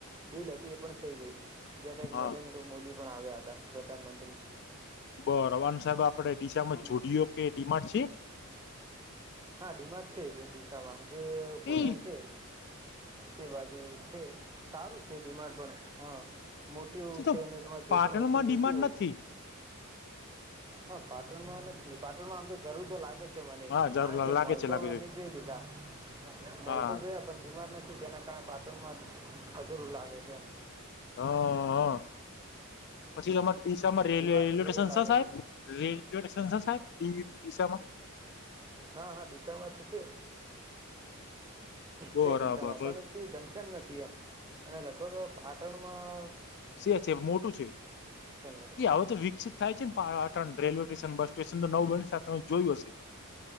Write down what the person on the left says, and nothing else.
હા
બર અન સાહેબ આપડે ડીસાામાં
ઝૂડિયો કે ડીમાટ છે?
એ
શું
તો
પાટણમાં
ડિમાન્ડ
નથી
હા જરૂર
લાગે
છે
લાગે
છે
હા
અ હ. પછી
તમ ડીસા માં રે
રેલવે
સ્ટેશન
સ સાહેબ
રેલવે સ્ટેશન સ સાહેબ ડીસાામાં.
બરાબર
સે છે મોટું છે
એ હવે તો વિકસિત થાય છે ને Patan railway station bus station. નવું બંસા આપણે જોયું હસે.